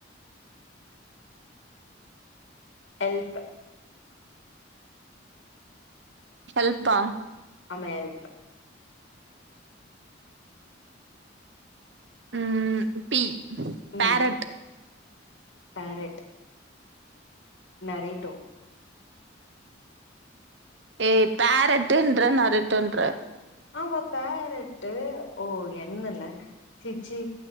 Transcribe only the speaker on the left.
எல்ப்
அமையல்ப்பு
ம் பேரட் நரேட்டோ
ஆமா பேரட்டு் ஓ என்னுல சிச்சி